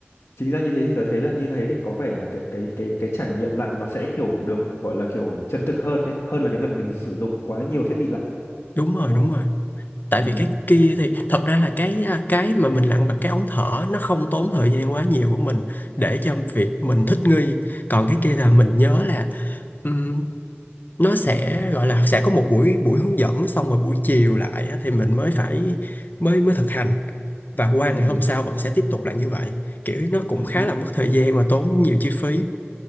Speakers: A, on the left; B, on the left.
A: chính ra như thế thì tớ thấy là như thế thì có vẻ là kiểu cái cái cái trải nghiệm lặn nó sẽ kiểu được gọi là kiểu chân thực hơn đấy hơn là cái việc mình sử dụng quá nhiều thiết bị lặn
B: đúng rồi
A: đúng
B: đúng
A: không
B: rồi tại
A: ừ
B: vì cái kia thì thật ra là cái à, cái mà mình lặn bằng cái ống thở nó không tốn thời gian quá nhiều của mình để cho việc mình thích nghi còn cái kia là mình nhớ là ừm, nó sẽ gọi là sẽ có một buổi buổi hướng dẫn xong rồi buổi chiều lại á, thì mình mới phải mới mới thực hành và qua
A: ừ
B: ngày hôm sau vẫn sẽ tiếp tục lại như vậy kiểu nó cũng
A: ừ,
B: khá
A: hứ,
B: là mất thời gian và tốn nhiều chi phí